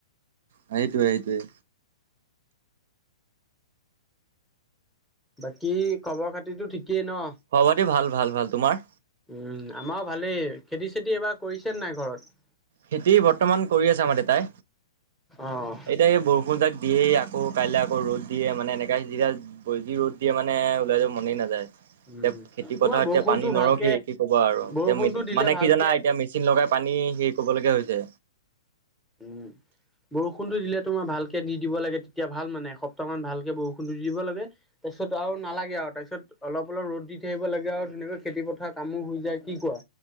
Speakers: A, on the right (about 55°); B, in the centre.
A: সেইটোৱে সেইটোৱে।
B: বাকী খবৰ-খাতিটো ঠিকেই ন?
A: খবৰ-খাতি ভাল ভাল ভাল। তোমাৰ?
B: উম। আমাও ভালেই। খেতি-চেতি এইবাৰ কৰিছেনে নাই ঘৰত?
A: খেতি বৰ্তমান কৰি আছে আমাৰ দেতাই।
B: অ
A: এতিয়া এই বৰষু ষুণজাক দিয়েই, আকৌ কাইলে আকৌ ৰ'দ দিয়ে মানে, এনেকা হিজিৰাজ বৈগি ৰ'দ দিয়ে মানে, ওলাই যাব মনেই নাযায়।
B: উম,
A: এতিয়া খেতিপথাৰত
B: তোমাৰ বৰষুণটো
A: এতিয়া পানী নৰখেই
B: ভালকে
A: কি ক'বা আৰু!
B: বৰষুণটো
A: এতিয়া মে
B: দিলে
A: মানে
B: ভালকে
A: কি জানা এতিয়া মেচিন চিন লগাই পানী হেৰি কৰিবলগীয়া হৈছে।
B: উম। বৰষুণটো দিলে তোমাৰ ভালকে দি দিব লাগে। তেতিয়া ভাল মানে, এসপ্তাহমান ভালকে বৰষুণটো দি দিব লাগে! তাৰপিছত আৰু নালাগে আৰু! তাৰপিছত অলপ অলপ ৰ'দ দি থাকিব লাগে আও, ধুনীয়াকৈ খেতিপথাৰৰ কামো হৈ এতিয়া কি কোৱা?